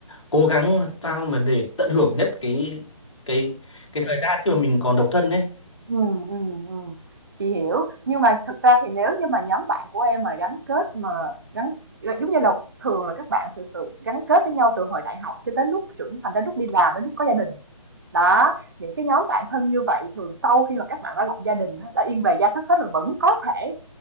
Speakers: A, on the left (about 60°); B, on the right (about 40°).
A: cố gắng sao mà để tận hưởng nhất cái cái cái thời gian khi mà mình còn độc thân ấy
B: ừm, ừm, ừm. <laughs> Chị hiểu, nhưng mà thực ra thì nếu như mà nhóm bạn của em mà gắn kết mà gắn giống như là thường là các bạn thực sự gắn kết với nhau từ hồi đại học cho tới lúc trưởng thành đến lúc đi làm đến lúc có gia đình Đó, những cái nhóm bạn thân như vậy thường sau khi mà các bạn đã lập gia đình đã yên bề gia thất hết rồi vẫn có thể